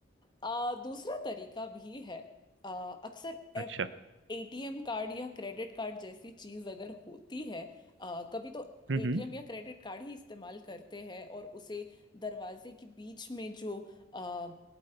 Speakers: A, on the left; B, on the right.
A: आ, दूसरा तरीका भी है आ, अक्सर
B: अच्छा
A: एटीएम कार्ड या क्रेडिट कार्ड जैसी चीज अगर होती है आ, कभी तो
B: हम्म
A: एटीएम
B: हम्म,
A: या क्रेडिट कार्ड ही इस्तेमाल करते हैं और उसे दरवाजे के बीच में जो आ,